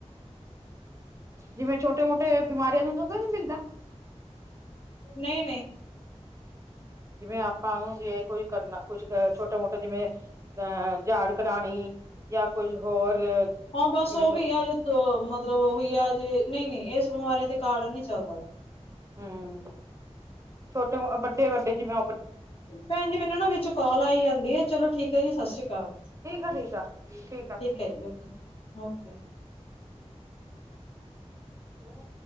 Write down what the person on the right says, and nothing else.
ਜਿਵੇਂ ਛੋਟੇ ਮੋਟੇ ਬਿਮਾਰੀਆਂ ਨੂੰ ਨਾ ਤੇ ਨੀ ਮਿਲਦਾ?
ਜਿਵੇਂ ਆਪਾਂ ਨੂੰ ਜੇ ਕੋਈ ਕਰਨਾ ਕੁਛ ਛੋਟਾ ਮੋਟਾ ਜਿਵੇਂ ਜਿਦਾ ਝਾੜ ਕਢਾਉਣੀ ਜਾਂ ਕੁਝ ਹੋਰ
ਜਿਵੇਂ
ਹਮ ਛੋਟੇ ਵੱਡੇ- ਵੱਡੇ ਜਿਵੇ
ਠੀਕ ਆ ਠੀਕ ਆ ਠੀਕ ਆ-
<inaudible>